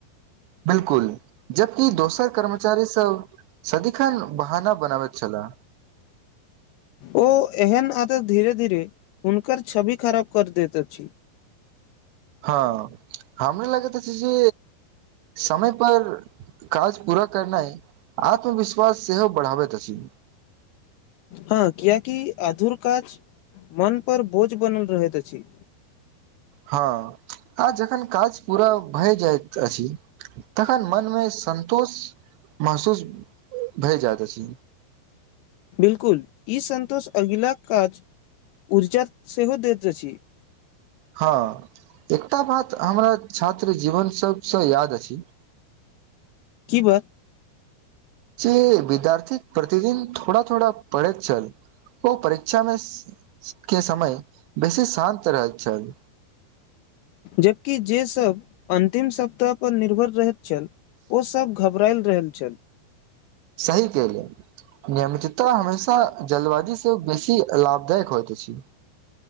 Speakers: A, on the right (about 85°); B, on the left (about 80°).
A: बिलकुल जबकि दोसर कर्मचारी सब सदिखन बहाना बनाबैत छलला
B: ओ एहन आदत धीरे धीरे हुनकर छवि खराब कर दैत अछि।
A: हँ हमरा लागैत छै जे समय पर काज पूरा करनाइ आत्मविश्वास सेहो बढ़ाबैत अछि
B: हँ कियकि अधुर काज मन पर बोझ बनल रहैत अछि
A: हँ आ जखन काज पूरा भए जाइत अछि तखन मनमे संन्तोष महसूस भए जायइत अछि
B: बिल्कुल ई स संतोष अगिला काज ऊर्जा सेहो दैत अछि
A: हँ एकटा बात हमरा छात्र जीवन सभसँ याद अछि
B: की बात।
A: जे विद्यार्थी प्रतिदिन थोड़ा थोड़ा पढ़ैत छल ओ परीक्षा मे स के समय बेसी शान्त रहैत छल।
B: जबकि जे सब अन्तिम सप्ताह पर निर्भर रहैत छल ओसभ घब रायल रहल छल
A: सही केलेल नियमितता हमेशा जल्दवाजी से बेसी लाभदायक होइत अछि